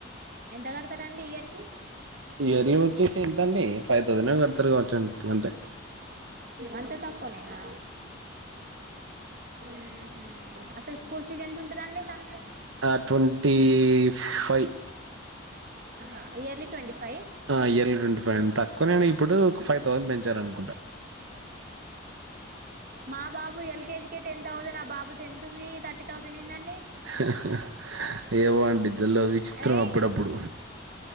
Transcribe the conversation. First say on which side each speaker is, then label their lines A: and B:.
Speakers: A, on the right (about 45°); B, on the right (about 70°).
A: ఎంత కడతారండి ఇయర్ కి
B: ఇయర్లీ వచ్చేసి ఎంతండి ఫైవ్ థౌసండ్ కడతారు కావచ్చుకంతే
A: అంతే తప్ప కొనీనా ఊహు అసలు స్కూల్ ఫీజ్ ఎంత ఉంటుందండి తనకి
B: ఆ ట్వంటీ ఫైవ్
A: ఆహా ఇయర్లీ ట్వంటీ ఫైవ్
B: ఆ ఎల్ ట్వంటీ ఫైవ్ అడి తక్కువ నేను ఇప్పుడు ఫైవ్ తోని పెంచారండి
A: <inaudible> <inaudible> మా బాబు ఎల్కేజీకే టెన్ థౌసండ్ ఆ బాబు టెన్త్ కి థర్టీ థౌసండ్ ఏందండి
B: హ హహ ఏవన్ ఇద్దలో విచిత్రం
A: ఏయ్
B: అప్పుడప్పుడు